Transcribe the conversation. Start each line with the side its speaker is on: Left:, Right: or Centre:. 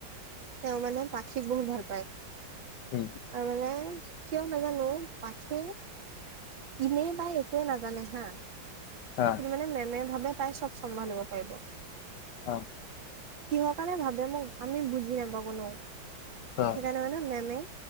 Right: তেওঁ মানে পাখিক বহুত ভাল পায়।
Left: উম।
Right: অ, মানে কিয় নাজানো পাখিৰ ইনে বাই একোৱে নাজানে হা
Left: হা
Right: কি মানে মেমে ভাবে তাই চব চম্ভালিব পাৰিব।
Left: আ
Right: কিহৰ কাৰণে ভাবে মোক আমি বুজি নাপাওঁ কোনেও সেইকাৰনে
Left: অ
Right: মানে আৰু মেমে